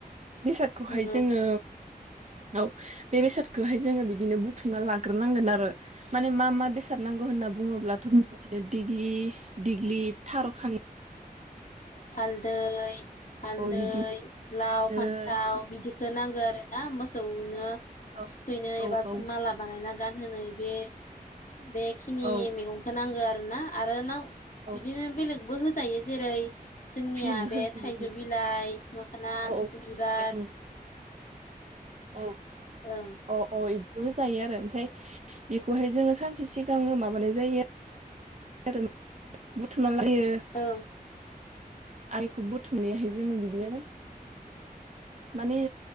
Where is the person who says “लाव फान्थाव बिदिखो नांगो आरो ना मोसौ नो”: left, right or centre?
Left